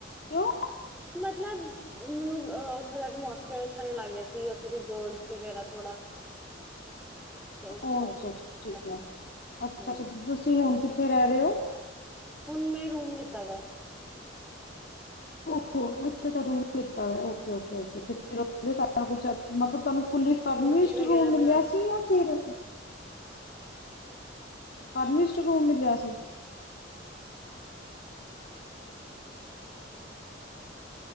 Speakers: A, on the left; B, in the centre.
A: ਕਿਉਂ
B: ਮਤਲਬ ਮੈਨੂੰ ਅ ਉੱਥੋਂ ਦਾ ਹੋਸਟਲ ਅੱਛਾ ਨੀ ਲੱਗ ਰਿਹਾ ਸੀ ਉੱਥੋਂ ਦੀ ਗਰਲਸ ਵਗੈਰਾ ਥੋੜਾ ਤੇ ਇਸ
A: ਉਹ
B: ਕਰਕੇ
A: ਅੱਛਾ
B: ਮੈਂ
A: ਅੱਛਾ
B: ਛੱਡਤਾ
A: ਠੀਕ
B: ਸੀ
A: ਹੈ ਅੱਛਾ
B: ਹਮ
A: ਅੱਛਾ ਤੁਸੀਂ ਹੁਣ ਕਿ ਕਿੱਥੇ ਰਹਿ ਰਹੇ ਹੋ
B: ਹੁਣ ਮੈਂ ਰੂਮ ਲਿੱਤਾ ਦਾ
A: ਅੱਛਾ ਅੱਛਾ ਰੂਮ ਲਿੱਤਾ ਓਕੇ ਓਕੇ ਸਾਰਾ ਕੁਛ ਮਤਲਬ ਤੁਹਾਨੂੰ ਫੁੱਲੀ ਫਰਨਿਸ਼ਡ
B: ਕੋਠੀ ਵਗੈਰਾ
A: ਰੂਮ ਮਿਲਿਆ
B: ਬਣਾਣੀ
A: ਸੀ ਜਾਂ ਫਿਰ ਫਰਨਿਸ਼ਡ ਰੂਮ ਮਿਲਿਆ ਸੀ